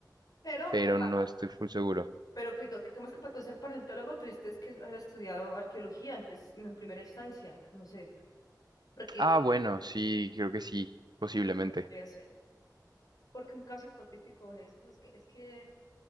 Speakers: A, on the left; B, on the right.
A: pero,
B: pero
A: o sea,
B: no estoy full seguro.
A: pero que- que- ¿cómo es que para tú ser paleontólogo tuviste que haber estudiado arqueología en, pres- en primera instancia? No sé, porque,
B: Ah, bueno, sí, creo que sí, posiblemente.
A: Ujú, podría ser. porque un caso hipotético es, "Uy, es que, es que